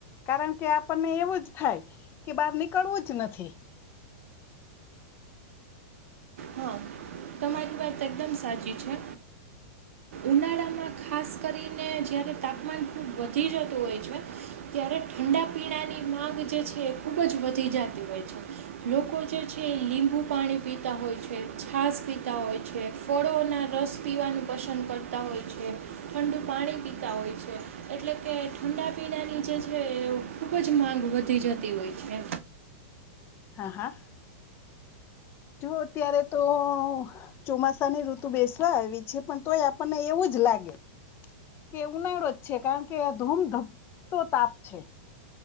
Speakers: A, on the left (about 30°); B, on the right (about 75°).
A: કારણ કે આપણને એવું જ થાય કે બહાર નીકળવું જ નથી.
B: હા તમારી વાત એકદમ સાચી છે ઉનાળામાં ખાસ કરીને જયારે તાપમાન ખૂબ વધી જતું હોય છે ત્યારે ઠંડા પીણાની માંગ જે છે એ ખૂબ જ વધી જાતી હોય છે લોકો જે છે એ લીંબુ પાણી પીતા હોય છે છાશ પીતા હોય છે, ફળોના રસ પીવાનું પસંદ કરતા હોય છે, ઠંડુ પાણી પીતા હોય છે એટલે કે ઠંડા પીણાની જે છે એ ખૂબજ માંગ વધી જતી હોય, છે.
A: હા, હા. જો અત્યારે તો ચોમાસાની ઋતુ બેસવા આવી છે, પણ તોય આપણને એવુંજ લાગે. કે ઉનાળો જ છે, કારણ કે આ ધૂમધમતો તાપ છે.